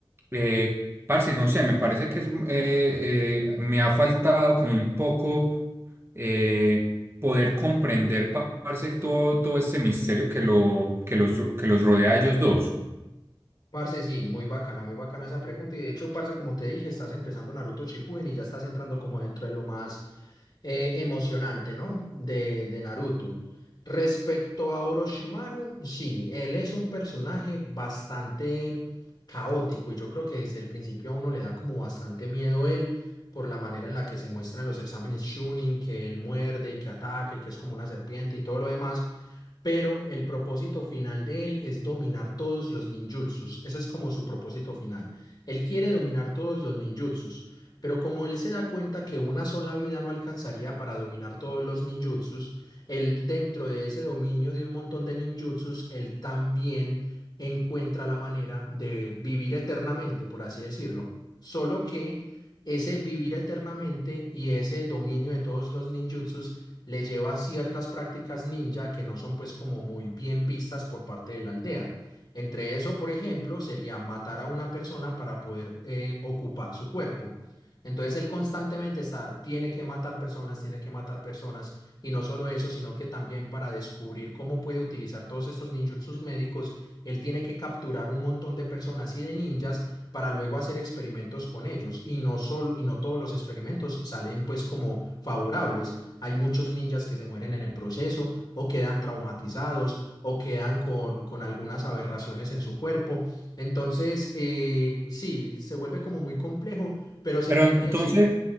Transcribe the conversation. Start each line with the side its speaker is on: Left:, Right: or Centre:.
Right: Eh, parce, no sé, me parece que es, eh, eh, me ha faltado como un poco eh, poder comprender, pa- parce, todo, todo este misterio que, lo, que, los, que los rodea a ellos dos.
Left: Parce, sí, muy bacana, muy bacana esa pregunta. Y de hecho, parce, como te dije, estás empezando Naruto Shippuden y ya estás entrando como dentro de lo más eh, emocionante, ¿no? De, de Naruto. Respecto a Orochimaru, sí, él es un personaje bastante caótico y yo creo que desde el principio a uno le da como bastante miedo él por la manera en la que se muestra en los exámenes Chunin, que él muerde, que ataque, que es como una serpiente y todo lo demás pero el propósito final de él es dominar todos los ninjutsus. Ese es como su propósito final. Él quiere dominar todos los ninjutsus, pero como él se da cuenta que una sola vida no alcanzaría para dominar todos los ninjutsus, él dentro de ese dominio de un montón de ninjutsus, él también encuentra la manera de vivir eternamente, por así decirlo. Solo que ese vivir eternamente y ese dominio de todos los ninjutsus le lleva a ciertas prácticas ninja que no son pues como muy bien vistas por parte de la aldea. Entre eso, por ejemplo, sería matar a una persona para poder eh, ocupar su cuerpo. Entonces él constantemente está, tiene que matar personas, tiene que matar personas, y no solo eso, sino que también para descubrir cómo puede utilizar todos estos ninjutsus médicos, él tiene que capturar un montón de personas y de ninjas para luego hacer experimentos con ellos, y no solo, y no todos los experimentos salen pues como favorables. Hay muchos ninjas que se mueren en el proceso o quedan traumatizados o quedan con, con algunas aberraciones en su cuerpo. Entonces, eh, sí, se vuelve como muy complejo, pero se
Right: Pero
Left: puede
Right: entonces,
Left: decir,